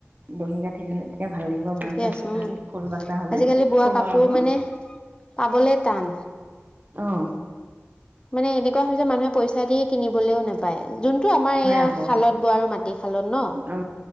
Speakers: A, on the right; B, on the left.
A: দহি গাঠি দিলে। তেতিয়া ভাল লাগিব
B: ঠিকে
A: মাৰ চাৰ
B: আছে
A: তাত
B: উম,
A: ফুল বাচা হলে
B: আজিকালি বোৱা
A: ফুলৰ
B: কাপোৰ
A: ৰঙত
B: মানে পাবলে টান।
A: অহ।
B: মানে এনেকুৱা হয় যে মানুহে পইচা দি কিনিবলৈও নোপায়। যোনটো আমাৰ
A: হয়
B: এইয়া
A: আকৌ
B: খালত ব আৰু মাটিশালত ন'
A: অ